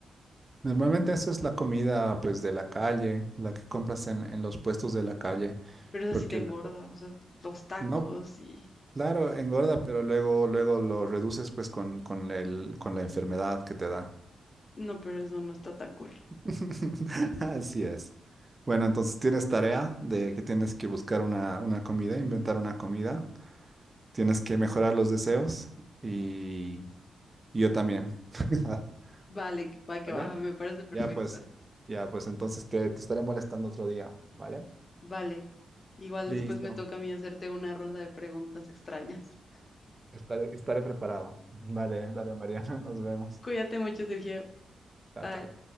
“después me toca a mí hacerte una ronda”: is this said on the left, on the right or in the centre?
Left